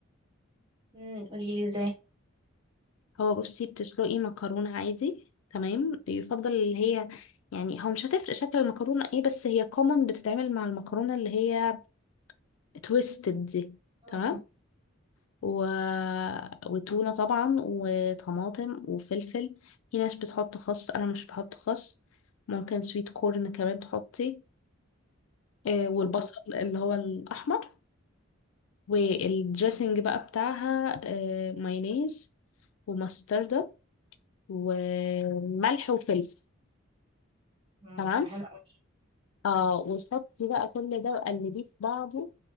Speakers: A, on the right; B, on the left.
A: امم قوليلي
B: هو بصي بتسلقي مكرونة عادي تمام يفضل اللي هي يعني هو مش هتفرق شكل المكرونة ايه بس هي كومن بتتعمل مع المكرونة اللي هي تويستد دي
A: ازاي
B: تمام و... وتونة طبعا وطماطم وفلفل في ناس بتحط خس انا مش بحط خس ممكن سويت كورن كمان تحطي آه،
A: مم.
B: والبصل اللي هو الأحمر والدريسنج بقى بتاعها آه، مايونيز ومستردة وملح وفلفل
A: مم،
B: تمام
A: بتبقى حلوة أوي
B: اه وتحطي بقى كل ده وقلبيه في بعضه